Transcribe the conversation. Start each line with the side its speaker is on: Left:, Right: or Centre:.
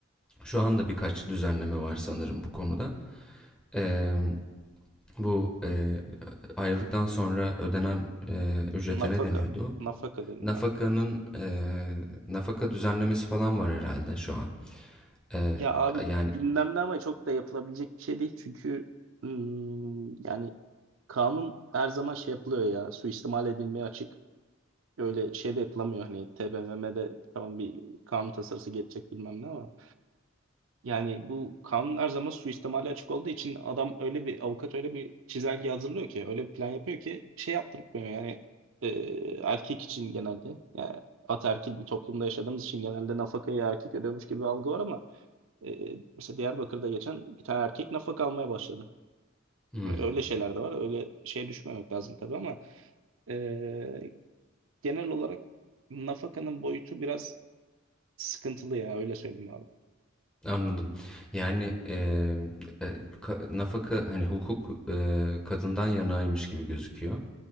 Centre: şu anda birkaç düzenleme var sanırım bu konuda. Eee, bu eee ayrıldıktan sonra ödenen eee ücrete
Right: Nafaka,
Centre: ne deniyordu?
Right: nafaka deniyor.
Centre: nafakanın e, nafaka düzenlemesi falan var herhalde şu an. E,
Right: Ya abi
Centre: yani
Right: gündemde ama çok da yapılabilecek bir şey değil çünkü ım, yani kanun her zaman şey yapılıyor ya suistimal edilmeye açık. Öyle şey de yapılamıyor hani TBMM'de tamam bir kanun tasarısı geçecek bilmem ne ama yani bu kanun her zaman suistimale açık olduğu için adam öyle bir avukat öyle bir çizelge hazırlıyor ki öyle bir plan yapıyor ki şey yaptırmıyor yani e, erkek için genelde yani ataerkil bir toplumda yaşadığımız için genelde nafakayı erkek ödüyormuş gibi bir algı var ama e, mesela Diyarbakır'da geçen bir tane erkek nafaka almaya başladı.
Centre: Hmm.
Right: Öyle şeyler de var öyle şeye düşmemek lazım tabii ama ee, genel olarak nafakanın boyutu biraz sıkıntılı ya öyle söyleyeyim abi.
Centre: Anladım. Yani e, e, ka- nafaka hani hukuk e, kadından yanaymış gibi gözüküyor